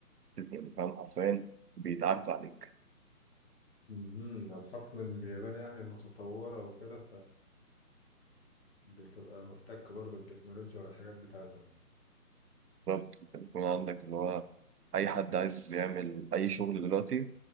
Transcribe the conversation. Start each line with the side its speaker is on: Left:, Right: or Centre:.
Right: تت- يعني فاهم حرفيا بيتعاركوا عليك
Left: مهم. ده بحكم إن اليابان يعني متطورة وكده فبتبقى محتك برضه بالتكنولوجيا والحاجات بتاعتهم
Right: بالظبط أنت بيكون عندك اللي هو أي حد عايز يعمل أي شغل دلوقتي